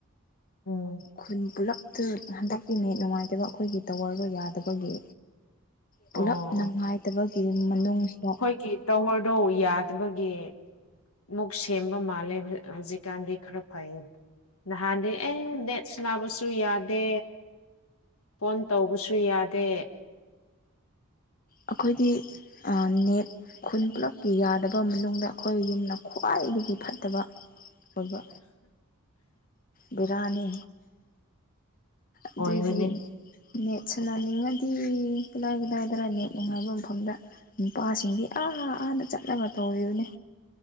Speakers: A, on the left; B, on the left.
A: ꯎꯝ
B: ꯈꯨꯟ ꯄꯨꯂꯞ ꯍꯟꯗꯛꯇꯀꯤꯅꯦ ꯅꯨꯡꯉꯥꯏꯇꯕ ꯑꯩꯈꯣꯏꯒꯤ ꯇꯧꯔꯕ ꯌꯥꯗꯕꯒꯤ
A: ꯑꯣ
B: ꯄꯨꯂꯞ ꯅꯨꯡꯉꯥꯏꯇꯕꯒꯤ ꯃꯅꯨꯡꯁꯤꯗ
A: ꯀ ꯇꯧꯍꯔꯗꯣ ꯌꯥꯗꯕꯒꯤ ꯃꯨꯛ ꯁꯦꯝꯕ ꯃꯥꯜꯂꯦ ꯍꯧꯖꯤꯛꯀꯥꯟꯗꯤ ꯈꯔ ꯐꯩꯌꯦ ꯅꯍꯥꯟꯗꯤ ꯑꯦ ꯗꯦꯠꯁꯅꯥꯕꯁꯨ ꯌꯥꯗꯦ ꯐꯣꯟ ꯇꯧꯕꯁꯨ ꯌꯥꯗꯦ
B: ꯑꯩꯈꯣꯏꯗꯤ ꯅꯦꯠ ꯈꯨꯟ ꯄꯨꯂꯞꯀꯤ ꯌꯥꯗꯕ ꯃꯅꯨꯡꯗ ꯑꯩꯈꯣꯏ ꯌꯨꯝꯅ ꯈ꯭ꯋꯥꯏꯗꯒꯤ ꯐꯠꯇꯕ ꯑꯣꯏꯕ ꯕꯤꯔꯌꯥꯅꯤ ꯑꯗꯨꯗꯤ
A: ꯑꯣꯏꯕꯅꯤ
B: ꯅꯦꯠ ꯁꯅꯅꯤꯡꯉꯗꯤ ꯀꯗꯥ ꯀꯗꯥꯥꯏꯗꯔ ꯅꯦꯠ ꯅꯨꯡꯉꯥꯏꯕ ꯃꯐꯝꯗ ꯅꯨꯄꯥꯁꯤꯡꯗꯤ ꯑꯥ ꯑꯥꯥꯟꯅ ꯆꯠꯂꯒ ꯇꯧꯔꯤꯕꯅꯦ